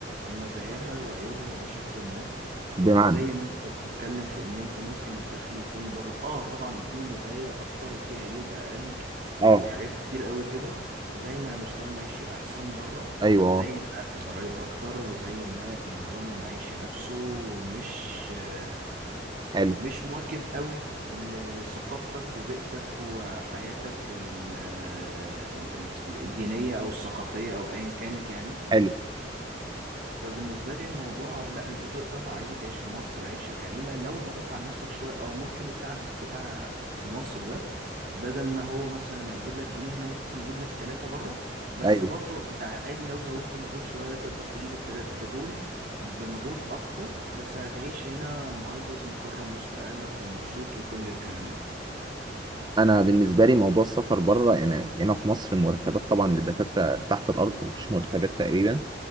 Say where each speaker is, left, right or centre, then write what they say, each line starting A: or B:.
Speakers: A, on the right; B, on the right.
A: مزاياها وعيوبها بشكل ما
B: بمعنى
A: آه، زي ما انت بتتكلم في ان انت ممكن الدخل يكون بره اه طبعا في مزايا اكتر وفي عيوب اقل وحاجات
B: اه
A: كتير قوي كده زي ما مستوى المعيشي احسن بره
B: ايوه
A: زي
B: اه
A: ما الضرايب اكتر وزي ما النظام المعيشي نفسه مش آه،
B: حلو
A: مش مواكب قوي لثقافتك وبيئتك وحياتك ال- آه، ال- ال- الدينية او الثقافية او ايا كانت يعني
B: حلو
A: فبالنسبة لي الموضوع لا انت تقدر عادي تعيش في مصر عيشة كريمة لو ضغطت على نفسك شوية اه ممكن التعب بتاع في مصر ده بدل ما هو مثلا هيجيب لك جنيه هنا ممكن يجيب لك ثلاثة بره بس
B: ايوه
A: برضو انت عادي لو زودت مجهود شوية تقدر تجيب الثلاثة دول بمجهود اكتر بس هتعيش هنا معزز مكرم وسط اهلك ومبسوط وكل الكلام ده
B: انا بالنسبه لي موضوع السفر بره يعني هنا في مصر مرتبات طبعا للدكاتره تحت الارض مفيش مرتبات تقريبا